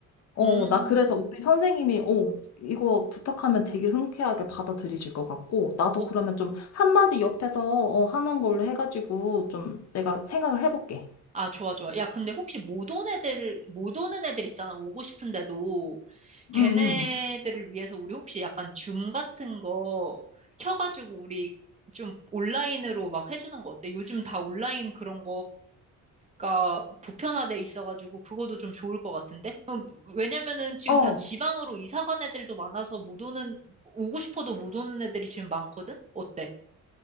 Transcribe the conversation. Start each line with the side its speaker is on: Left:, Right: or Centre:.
Left: 어,
Right: 음,
Left: 나 그래서 우리 선생님이, 어, 이거 부탁하면 되게 흔쾌하게 받아들이실 것 같고, 나도
Right: 어.
Left: 그러면 좀 한마디 옆에서, 어, 하는 걸로 해가지고, 좀 내가 생각을 해볼게.
Right: 아, 좋아, 좋아. 야, 근데 혹시 못 온 애들, 못 오는 애들 있잖아. 오고 싶은데도 걔네들을
Left: 응, 응.
Right: 위해서 우리 혹시 약간 줌 같은 거 켜가지고 우리 좀 온라인으로 막 해주는 거 어때? 요즘 다 온라인 그런 거가 보편화돼 있어가지고 그것도 좀 좋을 것 같은데? 음, 왜냐면은 지금
Left: 어,
Right: 다 지방으로 이사 간 애들도 많아서 못 오는, 오고 싶어도 못 오는 애들이 지금 많거든? 어때?